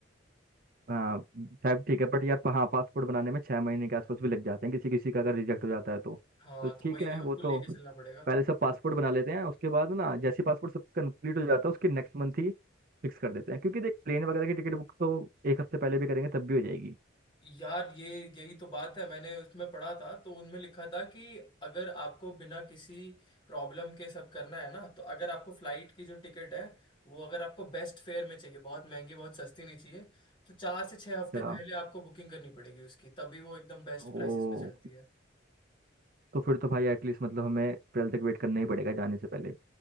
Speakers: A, on the right (about 45°); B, on the left (about 25°).
A: शायद ठीक है बट यार पा- हाँ पासपोर्ट बनाने में छः महीने के आसपास भी लग जाते हैं किसी किसी का अगर रिजेक्ट हो जाता है तो
B: हाँ
A: तो
B: तो
A: ठीक
B: वही
A: है
B: है उनको
A: वो तो
B: लेके चलना पड़ेगा
A: पहले सब पासपोर्ट बना लेते हैं उसके बाद ना जैसे पासपोर्ट सब कंप्लीट हो जाता है उसके नेक्स्ट मंथ ही फिक्स कर देते हैं क्योंकि देख प्लेन वगैरह की टिकट बुक तो एक हफ्ते पहले भी करेंगे तब भी हो जाएगी
B: यार ये यही तो बात है मैंने उसमें पढ़ा था तो उनमें लिखा था कि अगर आपको बिना किसी प्रॉब्लम के सब करना है ना तो अगर आपको फ्लाइट की जो टिकट है वो अगर आपको बेस्ट फेयर में चाहिए बहुत महंगी बहुत सस्ती नहीं चाहिए तो चार से छह हफ्ते
A: अच्छा
B: पहले आपको बुकिंग करनी पड़ेगी उसकी तभी वो एकदम बेस्ट
A: ओ
B: प्राइसेस पे चलती है
A: तो फिर तो भाई एटलीस्ट मतलब हमें अप्रैल तक वेट करना ही पड़ेगा जाने से पहले